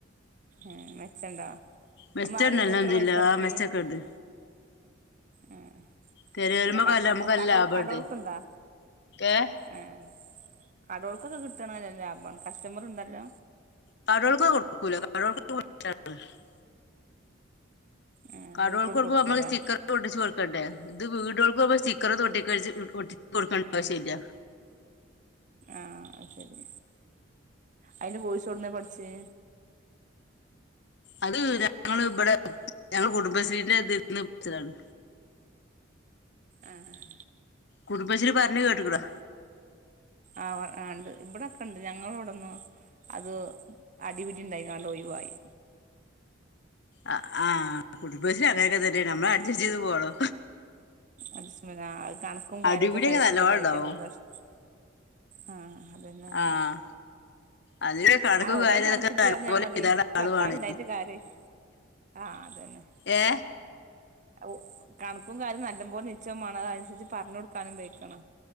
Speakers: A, on the right; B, on the left.
A: ഏഹ് മെച്ചണ്ടോ
B: മെച്ചണ്ട്
A: അമ്മൾ ആദ്യം
B: അൽഹംദുലില്ലാഹ്
A: എത്ര പൈസ എറക്കി
B: ആഹ് മെച്ചൊക്കെണ്ട്
A: ഏഹ്
B: പെരേലുമ്മക്കല്ല
A: അവടെ കസ്റ്റമർ
B: നമ്മക്കല്ല
A: കടേക്ക്
B: ലാഭണ്ട്
A: കൊടക്കുണ്ടോ
B: ഏഹ്
A: ആഹ് കടോൾക്കൊക്കെ കിട്ടണംല്ല ലാഭാ കസ്റ്റമർ ഉണ്ടോ നല്ലോം
B: കാടോൾക്കൊക്കെ കൊടുക്കൂല കാടൊൾ <unintelligible>
A: ആ
B: കടോൾക്കടുക്കുമ്പനമ്മൾ
A: വീട്ടോൾ കൊടുക്കൂലേ
B: സ്റ്റിക്കർ ഒട്ടിച്ച് കൊടുക്കണ്ടേ ഇത് വീടുകൾക്കുമ്പ സ്റ്റിക്കറ് ഒട്ടിക്ക കൊടുക്കേണ്ട ആവശ്യല്ല
A: ആആഹ് ശരി അയിന്റെ കോയിസ് ഒട്ന്ന പഠിച്ചേ
B: അത് ഞങ്ങള് ഇവിടെ ഞങ്ങള് കുടുംബശ്രീന്റെതിന്ന് പടിച്ചതാണ്
A: ആഹ്
B: കുടുംബശ്രീ പറഞ്ഞത്കേട്ട്ക്ക്ണോ
A: ആഹ് ആണ്ട് ഇവിടെക്കെ ഉണ്ട് ഞങ്ങളെ ഇവിടന്ന് അത് അടിപിടിണ്ടായി ഒഴിവായി
B: ആ ആഹ് കുടുംബശ്രീ അങ്ങനെയൊക്കെ തന്നെയാണ് നമ്മള അഡ്ജസ്റ്റ് ചെയ്ത് പോണോ
A: അത് കണക്കും കാര്യൊക്കെ
B: അടിപിടിയൊക്കെ
A: പേയച്ചിക്കു
B: നല്ലോണം ഉണ്ടാവും
A: <unintelligible> ആഹ് അതന്നെറ്ഞ്ഞെ
B: ആഹ് അതിന് കണക്ക്
A: ആഹ് ഒരാൾ
B: കാര്യതൊക്കെ
A: കണക്കിച്ചയ്യാഞാ
B: നല്ലപോലെ
A: മതി
B: എഴുതാൻ ആളുവാണ്
A: പത്താൾ ഇണ്ടായിട്ട് കര്യ ആഹ്അതന്നെ
B: ഏ
A: ഓകണക്കും കാര്യം നല്ല പോല നിച്ചമാണ്ണം അത് അന്സരിച്ച് പറഞ് കൊടുക്കാനും വയ്ക്കണം